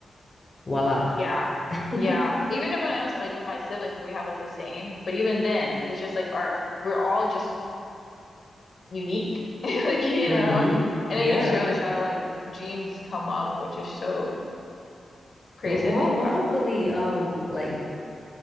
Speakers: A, on the left; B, on the left.
A: Voila.
B: yeah.
A: <laughs>
B: Yeah, even when I was like with my siblings, we have like the same, but even then, because it's just like our we're all just unique. <laughs> Like, you
A: hmm
B: know, and
A: Yeah.
B: it just shows how like genes come up, which is so crazy
A: Well,
B: to think
A: well,
B: about.
A: hopefully, um, like